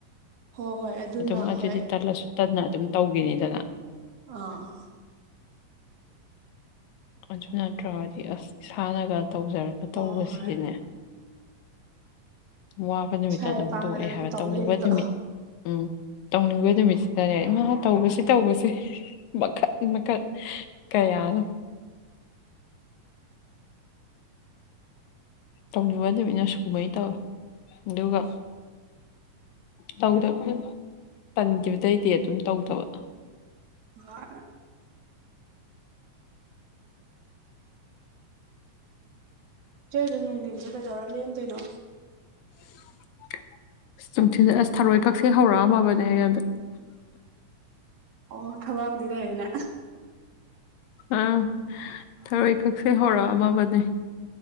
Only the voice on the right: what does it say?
ꯍꯣꯏ ꯍꯣꯏ ꯑꯗꯨꯅ
ꯍꯣꯏ
ꯑꯥ
ꯍꯣꯏ ꯍꯣꯏ
ꯏꯁꯥꯒꯤ
ꯑꯄꯥꯝꯕꯗ
ꯑꯗꯨꯝ
ꯇꯧ
ꯂꯩꯕꯤꯗꯣ
ꯑ ꯆ ꯑꯗꯨ ꯅꯣꯡꯗ ꯆꯒꯖꯔ ꯂꯦꯟꯗꯅꯣ
ꯑꯣ ꯊꯕꯛꯕꯨꯗꯤ ꯂꯩꯔꯦꯅꯦ